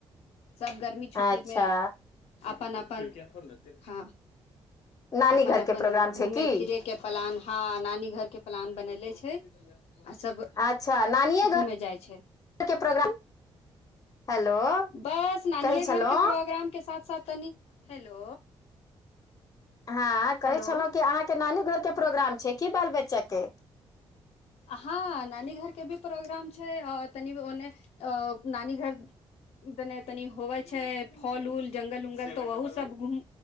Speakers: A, on the left (about 80°); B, on the left (about 35°).
A: सब गर्मी छुट्टी
B: अच्छा
A: मे अपन अपन हँ
B: नानी
A: अपन
B: घरके
A: अपन
B: प्रोग्राम छै
A: घूमे
B: की
A: फिरे के प्लान हँ नानी घर के प्लान बनेल हैय आ सब
B: अच्छा नानिये
A: घुमे जाइ छै
B: घरके प्रोग्राम हेलो
A: बस नानिे
B: कहै छलहुँ
A: घर के प्रोग्राम के साथ साथ तनीक हेलो
B: हँ कहे
A: हेलो
B: छलहूँ की अहाँके नानी घर के प्रोग्राम छै की बाल बच्चा के
A: हँ नानी घरके भी प्रोग्राम छै आ तनि ओन्ने नानी घर देने तनि होवै छै फल उऊल जङ्गल उंगल तऽ ओह सभ घूम